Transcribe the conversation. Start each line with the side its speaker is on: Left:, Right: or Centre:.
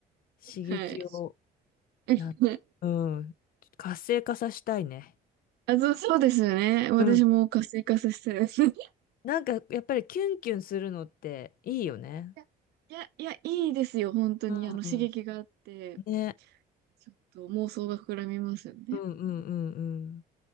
Left: 刺激を、
Right: はい。<laughs>
Left: なん、うん、活性化させたいね。
Right: あ、そう、そうですよね。私も活性化させて。
Left: うん。なんかやっぱりキュンキュンするのっていいよね。
Right: <laughs> いや、いや、いいですよ、本当に。
Left: うん
Right: あの、刺激があって、
Left: ね。
Right: ちょっと妄想が膨らみますよね。
Left: うんうんうんうん。